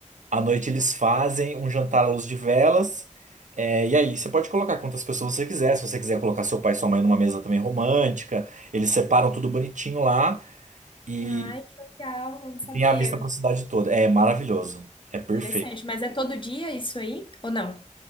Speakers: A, on the right; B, on the left.
A: À noite eles fazem um jantar à luz de velas. é, e aí, você pode colocar quantas pessoas você quiser. Se você quiser colocar seu pai e sua mãe numa mesa também romântica, eles separam tudo bonitinho lá e
B: Ai, que legal, eu não sabia.
A: tem a vista pra cidade toda. É maravilhoso. É perfeito.
B: Interessante, mas é todo dia isso aí? Ou não?